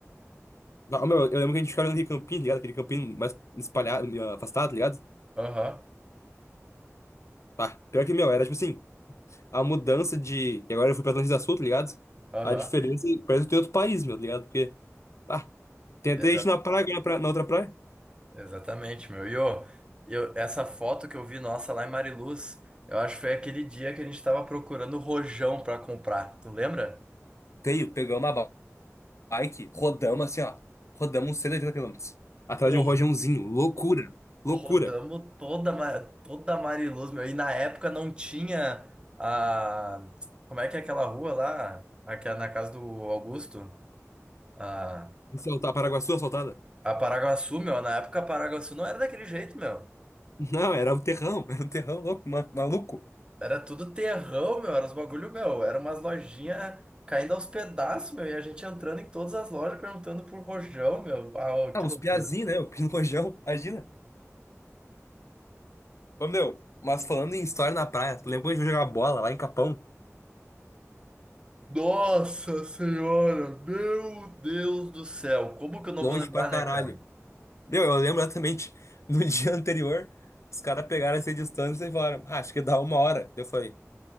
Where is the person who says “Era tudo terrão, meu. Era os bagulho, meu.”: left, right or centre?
Right